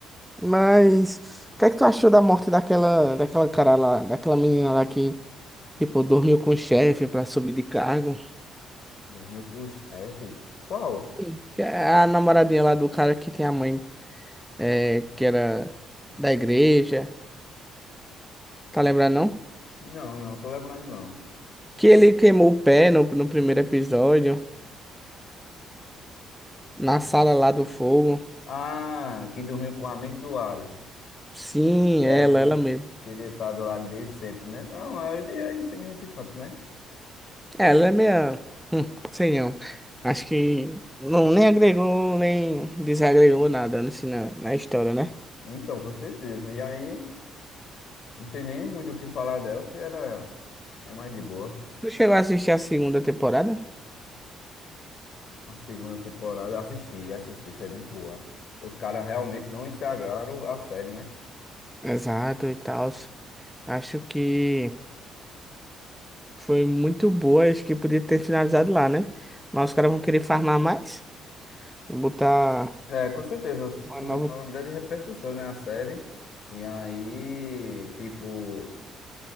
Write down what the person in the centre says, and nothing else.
Mas, o que é que tu achou da morte daquela, daquela cara lá, daquela menina lá que Tipo, dormiu com o chefe pra subir de cargo.
Sim. Que é A namoradinha lá do cara que tem a mãe, é, que era da igreja. Tá lembrando, não?
Que ele queimou o pé no, no primeiro episódio,
na sala
lá do fogo.
Sim,
ela,
ela mesmo.
Ela é meia. Hum, sei não. Acho que não, nem agregou, nem desagregou nada nesse- na, na história, né?
Tu chegou a assistir a segunda temporada?
Exato e tal. Acho que. Foi muito boa, acho que podia ter finalizado lá, né? Mas os caras vão querer farmar mais, Vou botar
uma
nova,